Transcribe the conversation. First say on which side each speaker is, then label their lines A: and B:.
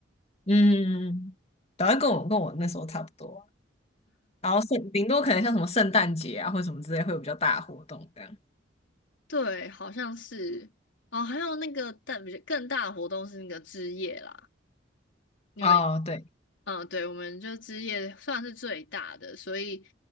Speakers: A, on the left; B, on the left.
A: 嗯，然后跟我跟我那时候差不多，然后圣顶多可能像什么圣诞节啊或者什么之类会有比较大的活动这样。
B: 对，好像是哦，还有那个但比较更大的活动是那个之夜啦，你们有
A: 哦，对，
B: 嗯，对，我们就之夜算是最大的，所以